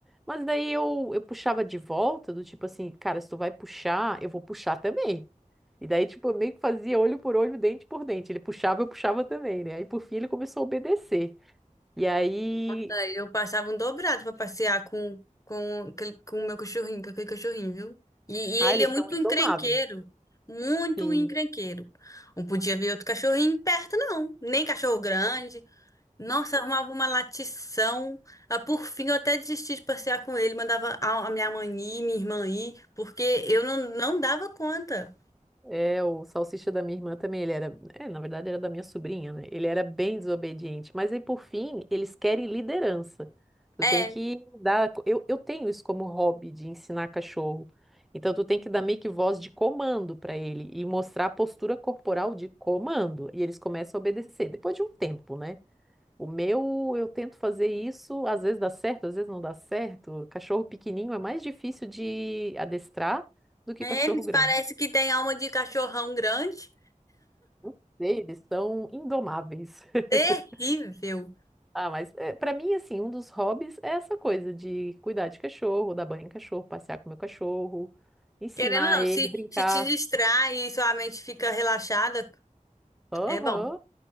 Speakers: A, in the centre; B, on the left.
A: Mas daí eu, eu puxava de volta, do tipo assim, cara, se tu vai puxar, eu vou puxar também. E daí, tipo, eu meio que fazia olho por olho, dente por dente. Ele puxava, eu puxava também, né? Aí, por fim, ele começou a obedecer. E aí,
B: Aí Eu passava um dobrado pra passear com com aquele, com o meu cachorrinho, com aquele cachorrinho, viu? E,
A: ah,
B: e ele
A: eles
B: é muito
A: são indomáveis.
B: encrenqueiro, muito
A: Sim.
B: encrenqueiro. Não podia ver outro cachorrinho perto, não. Nem cachorro grande, Nossa, arrumava uma latição. Ah, Por fim, eu até desisti de passear com ele. Mandava a a minha mãe ir, minha irmã ir, porque eu não, não dava conta.
A: É, o salsicha da minha irmã também, ele era, é, na verdade era da minha sobrinha, né? Ele era bem desobediente, mas aí por fim, eles querem liderança. Tu
B: É,
A: tem que dar, eu, eu tenho isso como hobby de ensinar cachorro. Então tu tem que dar meio que voz de comando para ele e mostrar a postura corporal de comando, e eles começam a obedecer depois de um tempo, né? O meu, eu tento fazer isso, às vezes dá certo, às vezes não dá certo. Cachorro pequenininho é mais difícil de adestrar do que
B: é,
A: cachorro
B: eles
A: grande.
B: parecem que têm alma de cachorrão grande.
A: Não sei, Eles são indomáveis. <laughs>
B: Terrível.
A: Ah, mas é, para mim, assim, um dos hobbies é essa coisa de cuidar de cachorro, dar banho em cachorro, passear com meu cachorro, ensinar
B: Querendo ou não,
A: ele
B: se,
A: a brincar.
B: se te distrai e sua mente fica relaxada,
A: Aham.
B: é bom.